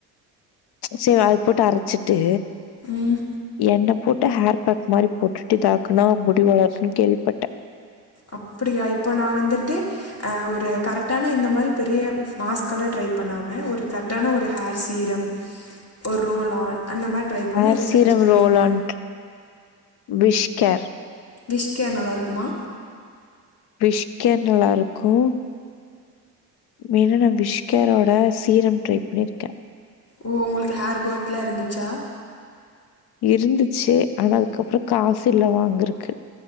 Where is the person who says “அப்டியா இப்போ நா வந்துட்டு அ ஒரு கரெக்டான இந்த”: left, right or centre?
Left